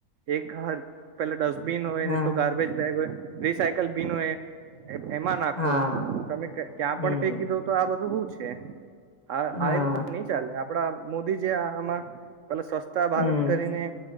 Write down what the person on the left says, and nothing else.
હા
હા
હમ
હા
હમ